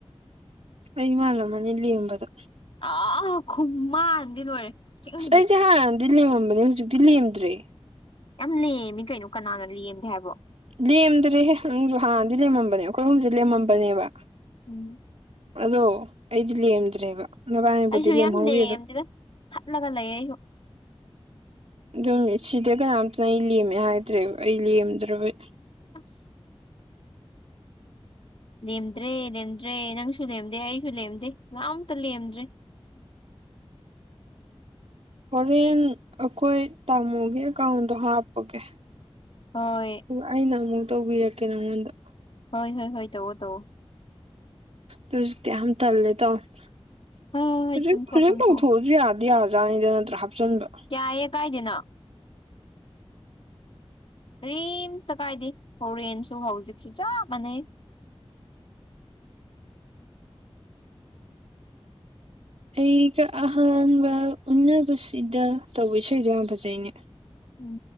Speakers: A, on the right; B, on the left.
A: ꯑꯩ ꯃꯥꯜꯔꯝꯃꯅꯤ ꯔꯦꯝꯕꯗ
B: ꯑ ꯈꯨꯃꯟꯗꯤ ꯂꯣꯏꯔꯦ ꯆꯤꯡꯒꯤ
A: ꯑꯁ ꯑꯩꯁꯦ ꯍꯥꯟꯅꯗꯤ ꯂꯦꯝꯃꯝꯕꯅꯦ ꯍꯧꯖꯤꯛꯇꯤ ꯂꯦꯝꯗ꯭ꯔꯦ
B: ꯌꯥꯝ ꯂꯦꯝꯃꯤ ꯀꯩꯅꯣ ꯀꯅꯥꯅ ꯂꯦꯝꯗꯦ ꯍꯥꯏꯕꯣ
A: ꯂꯦꯝꯗ꯭ꯔꯦꯍꯦ ꯅꯪꯁꯨ ꯍꯥꯟꯅꯗꯤ ꯂꯦꯝꯃꯝꯕꯅꯦ ꯑꯩꯈꯣꯏ ꯑꯍꯨꯝꯁꯦ ꯂꯦꯝꯃꯝꯕꯅꯦꯕ
B: ꯎꯝ
A: ꯑꯗꯣ ꯑꯩꯗꯤ ꯂꯦꯝꯗ꯭ꯔꯦꯕ ꯅꯕꯥꯅꯤꯕꯨꯨꯗꯤ
B: ꯑꯩꯁꯨ
A: ꯂꯦꯝꯍꯧꯔꯤ
B: ꯌꯥꯝ ꯂꯦꯝꯗꯦꯗ
A: ꯑꯗꯨꯝ
B: ꯈꯠꯂꯒ ꯂꯩ ꯑꯩꯁꯨ
A: ꯑꯗꯨ ꯃꯦꯁꯤꯗ ꯀꯅꯥꯝꯇꯅ ꯂꯦꯝꯃꯦ ꯍꯥꯏꯗ꯭ꯔꯦꯕ ꯑꯩ ꯂꯦꯝꯗ꯭ꯔꯕꯩ
B: ꯑꯁ ꯂꯦꯝꯗ꯭ꯔꯦ ꯂꯦꯝꯗ꯭ꯔꯦ ꯅꯪꯁꯨ ꯂꯦꯝꯗꯦ ꯑꯩꯁꯨ ꯂꯦꯝꯗꯦ ꯀꯅꯥꯝꯇ ꯂꯦꯝꯗ꯭ꯔꯦ
A: ꯍꯣꯔꯦꯟ ꯑꯩꯈꯣꯏ ꯇꯥꯃꯣꯒꯤ ꯑꯦꯀꯥꯎꯟꯗꯣ ꯍꯥꯞꯄꯒꯦ
B: ꯍꯣꯏ
A: ꯑꯩ ꯅꯪꯅꯕ ꯇꯧꯕꯤꯔꯛꯀꯦ ꯅꯪꯉꯣꯟꯗ
B: ꯍꯣꯏ ꯍꯣꯏ ꯍꯣꯏ ꯇꯧꯋꯣ ꯇꯧꯋꯣ
A: <unintelligible> ꯌꯥꯝ ꯇꯜꯂꯦ ꯇꯧ ꯍꯧꯖꯤꯛ
B: ꯍꯣꯏ ꯍꯣꯏ ꯍꯣꯏ ꯇꯨꯝꯊꯣꯛꯑꯣ
A: ꯍꯧꯖꯤꯛ
B: ꯇꯨꯝꯊꯣꯛꯑꯣ
A: ꯇꯧꯊꯣꯛꯑꯁꯨ ꯌꯥꯗꯤ ꯌꯥꯕꯖꯥꯠꯅꯤ ꯅꯠꯇ꯭ꯔꯥ ꯍꯥꯞꯆꯤꯟꯕ
B: ꯌꯥꯏꯌꯦ ꯀꯥꯏꯗꯦꯅ ꯀꯔꯤꯝꯇ ꯀꯥꯏꯗꯦ ꯍꯣꯔꯦꯟꯁꯨ ꯍꯧꯖꯤꯛꯁꯨ ꯆꯞ ꯃꯥꯟꯅꯩ
A: ꯑꯩꯒ ꯑꯍꯟꯕ ꯎꯕꯁꯤꯗ ꯇꯧꯕ ꯏꯁꯩꯗꯣ ꯌꯥꯝ ꯐꯖꯩꯅꯦ
B: ꯎꯝ